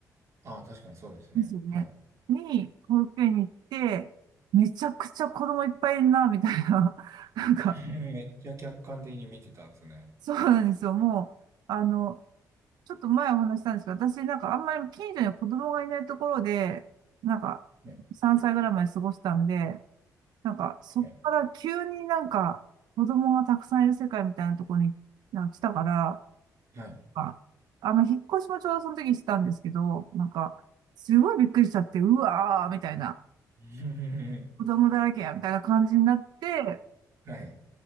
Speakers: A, on the right; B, on the right.
A: ああ、確かにそうですね。
B: ですよね。
A: はい。
B: に、保育園に行って、めちゃくちゃ子供いっぱいいるな、みたいな。<laughs> なんか、
A: <laughs> めっちゃ客観的に見てたんですね。
B: そうなんですよ。もう、あの、ちょっと前お話ししたんですけど、私なんかあんまり近所に子供がいないところで、なんか、
A: はい。
B: 3歳ぐらいまで過ごしたんで、なんか、そっから急になんか、
A: はい。
B: 子供がたくさんいる世界みたいなところになんか来たから、
A: はい。
B: あ、あの、引っ越しもちょうどその時にしたんですけど、なんか、すごいびっくりしちゃって、うわーみたいな、
A: <laughs>
B: 子供だらけや、みたいな感じになって、
A: はい。<laughs> はい。